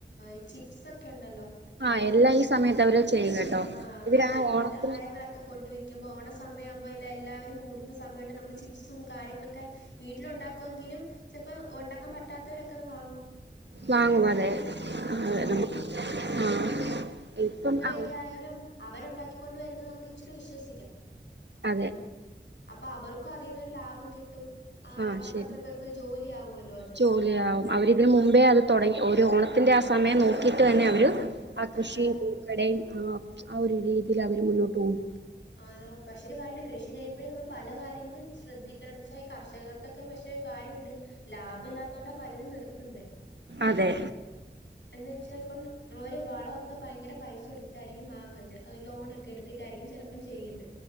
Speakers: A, on the left; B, on the right.
A: ഈ ചിപ്സ് ഒക്കെ ഉണ്ടല്ലോ
B: ആ എല്ലാ ഈ സമയത്ത് അവര് ചെയ്യും കേട്ടോ
A: ആ
B: ഇവര്
A: അതാ
B: ആ ഓണത്തിന്
A: പലഹാരങ്ങളൊക്കെ കൊണ്ട് വയ്ക്കും ക്കുമ്പോ ഓ സമയ ആകുമ്പോ എല്ലരും കൂടുന്ന സയമ ഉണ്ട് നമ്മ ചപ്സും കാര്യങ്ങളൊക്കെ വീട്ടിലുണ്ടാക്കുമെങ്കിലും ചിലപ്പോ ഉണ്ടാക്കാൻ പറ്റാത്തവരൊക്കെ അത് വാങ്ങും
B: വാങ്ങും അതെ
A: അതാ
B: അതെ ആ ഇപ്പം ആ
A: ക്കയാലും അവരുണ്ടാക്കി കൊണ്ട് വരുന്നത് നമുക്ക് ഇച്ചിരി വിശ്വസിക്കാം
B: അതെ
A: അപ്പൊ അവർക്കും അതിൽന്നരു ലാഭം കിട്ടും ആഹ്
B: ആ
A: അവർക്ക്
B: ശരി
A: അത്രയും പേർക്കൊരു ജോലി ആവുമല്ലോ അത്
B: ജോലിയാവും അവരിതിന് മുമ്പേ
A: ആഹ്
B: അത് തുടങ്ങി ഒരു ഓണ- ത്തിന്റെ ആ സമയം നോക്കിയിട്ട് തന്നെ അവര് ആ കൃഷിയും
A: അതാ
B: പൂക്കടയും ആ ആ ഒരു രീതിയിൽ അവര് മുന്നോട്ട് പോകും
A: അതാ പക്ഷെ കാര്യം ഉണ്ട് കൃഷി ചെയ്യുമ്പോേ നമ്മൾ പല കാര്യങ്ങളും ശ്രദ്ധിക്കണം എന്ന്‌വെച്ചാ ഈ കർഷകർക്കൊക്കെ വി- കാര്യമുണ്ട് ലാഭ ഇല്ലാത്തൊണ്ടാ പലരും നിർത്തുന്ന
B: അതെ
A: എന്നാ വെച്ച ഇപ്പം വളമൊക്കെ ഭയങ്കര പൈസ കൊടുത്തിട്ടായിരിക്കും വാങ്ങുന്നത് ലോണൊക്കെ എടുത്തിട്ടായിരിക്കും ചെല- ഇപ്പ ചെയ്യുന്നത്